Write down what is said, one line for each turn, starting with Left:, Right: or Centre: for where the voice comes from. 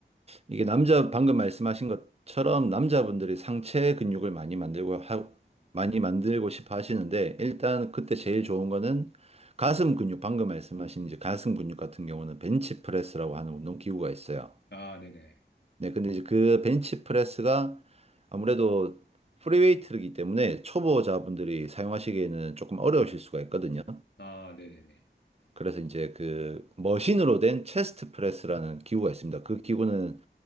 Right: 이게 남자 방금 말씀하신 것처럼 남자분들이 상체 근육을 많이 만들고 하, 많이 만들고 싶어 하시는데 일단 그때 제일 좋은 거는 가슴 근육 방금 말씀하신 이제 가슴 근육 같은 경우는 벤치프레스라고 하는 운동 기구가 있어요.
Left: 아, 네네.
Right: 네, 근데 이제 그 벤치 프레스가 아무래도 프리웨이트이기 때문에 초보자분들이 사용하시기에는 조금 어려우실 수가 있거든요.
Left: 아, 네네네.
Right: 그래서 이제 그 머신으로 된 체스트 프레스라는 기구가 있습니다. 그 기구는